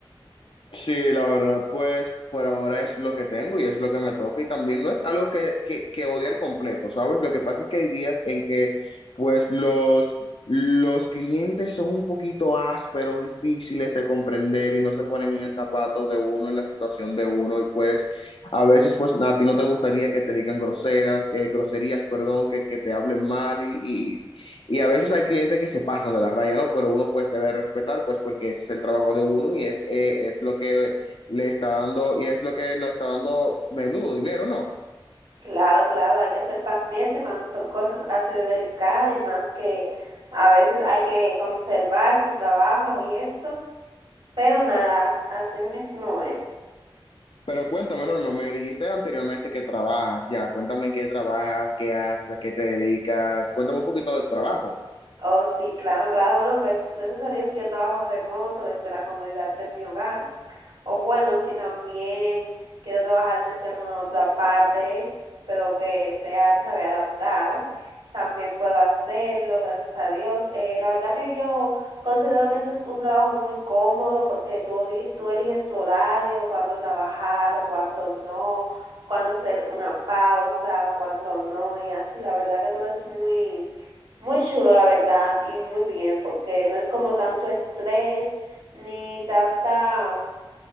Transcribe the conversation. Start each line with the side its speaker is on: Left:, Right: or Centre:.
Left: Sí, la verdad, pues por ahora es lo que tengo y es lo que me toca y también no es algo que, que, que odiar completo, ¿sabes? Lo que pasa es que hay días en que pues los, los clientes son un poquito ásperos, difíciles de comprender y no se ponen en el zapato de uno, en la situación de uno y pues a veces pues a ti no te gustaría que te digan groseras, eh, groserías, perdón, que, que te hablen mal y, y a veces hay clientes que se pasan de la raya, ¿no? Pero uno pues debe respetar, pues porque ese es el trabajo de uno y es, eh, es lo que le está dando y es lo que nos está dando menudo dinero, ¿no?
Right: Claro, claro, hay que ser paciente cuando son cosas así de delicadas y más que a veces hay que conservar su trabajo y eso, pero nada, así mismo es.
Left: Pero cuéntame, Norma, me dijiste anteriormente que trabajas, ya, cuéntame en qué trabajas, qué haces, a qué te dedicas, cuéntame un poquito del trabajo.
Right: Oh, sí, claro, claro. Bueno, pues gracias a Dios yo trabajo remoto desde la comodidad de mi hogar. O bueno, si también quiero trabajar desde alguna otra parte, pero que sea, tú sabes, adaptada, también puedo hacerlo, gracias a Dios. Eh, la verdad que yo considero que este es un trabajo muy cómodo porque tú, di- tú eliges tu horario, cuándo trabajar, cuándo no, cuándo hacer una pausa, cuándo no, y así. La verdad que todo es muy, muy chulo, la verdad, y muy bien, porque no es como tanto estrés ni tanta